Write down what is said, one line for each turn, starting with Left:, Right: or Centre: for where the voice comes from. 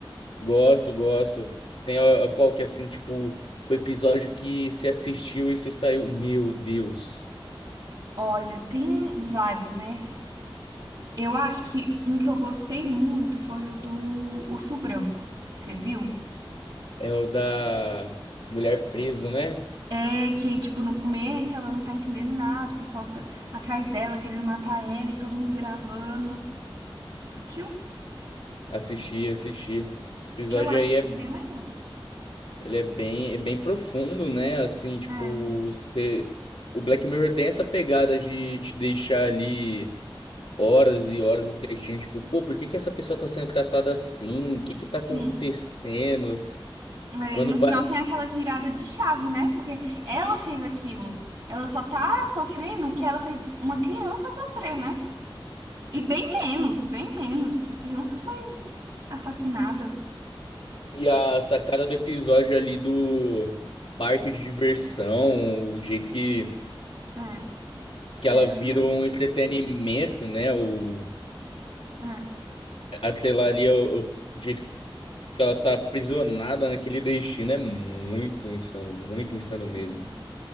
Left: Gosto, gosto. Se tem a, a qual que é assim, tipo, foi episódio que se assistiu e se saiu. Meu Deus.
Right: Olha, tem vários, né? Eu acho que um que eu gostei muito foi o do Urso Branco. Você viu?
Left: É o da mulher presa, né?
Right: É que, tipo, no começo ela não tá entendendo nada, o pessoal fica atrás dela querendo matar ela e todo mundo gravando. Você assistiu?
Left: Assisti, assisti. Esse episódio
Right: Eu acho
Left: aí
Right: isso
Left: é,
Right: bem legal.
Left: ele é bem, é bem profundo, né? Assim, tipo,
Right: É,
Left: você, o Black Mirror tem essa pegada de te deixar ali horas e horas refletindo, tipo, pô, por que que essa pessoa tá sendo tratada assim? O que que tá
Right: sim.
Left: acontecendo?
Right: É,
Left: Quando
Right: e no
Left: vai,
Right: final tem aquela virada de chave, né? Porque ela fez aquilo. Ela só tá sofrendo o que ela fez uma criança sofrer, né? E bem menos, bem menos, porque a criança foi assassinada.
Left: E a sacada do episódio ali do parque de diversão, o jeito que,
Right: É,
Left: que ela
Right: é
Left: vira
Right: verdade.
Left: um entretenimento, né? O,
Right: É,
Left: até lá ali, é o, o jeito que ela tá aprisionada naquele destino é muito insano, muito insano mesmo.
Right: sim,